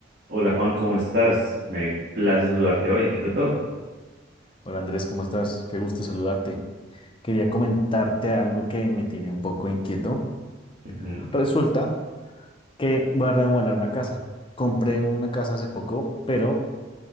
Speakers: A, on the right (about 55°); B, on the left (about 25°).
A: Hola Juan, ¿cómo estás? Me place saludarte hoy. ¿Qué tal todo?
B: Hola Andrés, ¿cómo estás? Qué gusto saludarte. Quería comentarte algo que me tiene un poco inquieto.
A: Ujú,
B: Resulta que voy a remodelar una casa. Compré una casa hace poco, pero